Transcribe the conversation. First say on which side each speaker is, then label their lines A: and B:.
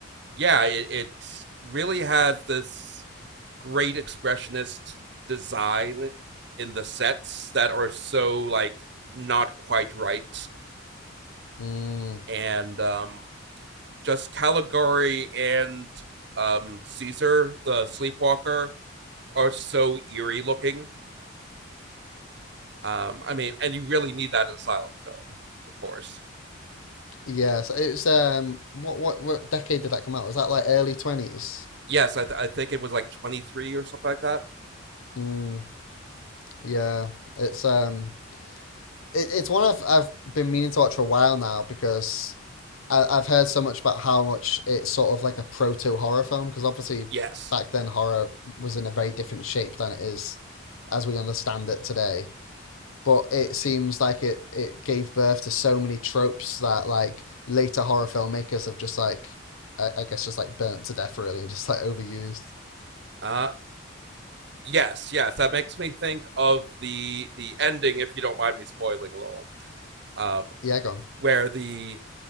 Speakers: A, on the right (about 55°); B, on the left (about 80°).
A: Yeah, it, it really has this great expressionist design in the sets that are so like not quite right,
B: Mm.
A: and um, just Caligari and um, Caesar the Sleepwalker are so eerie looking Um, I mean, and you really need that in a silent film, of course.
B: Yeah, so it was um, what what what decade did that come out? Was that like early twenties?
A: Yes, I, th- I think it was like 23 or something like that.
B: Mm. Yeah, it's um, it, it's one I've I've been meaning to watch for a while now because I, I've heard so much about how much it's sort of like a proto horror film because obviously
A: Yes.
B: back then horror was in a very different shape than it is as we understand it today. But it seems like it, it gave birth to so many tropes that like later horror filmmakers have just like I, I guess just like burnt to death really and just like overused.
A: Uh, yes, yes. That makes me think of the the ending, if you don't mind me spoiling a little, um,
B: Yeah, gone.
A: where the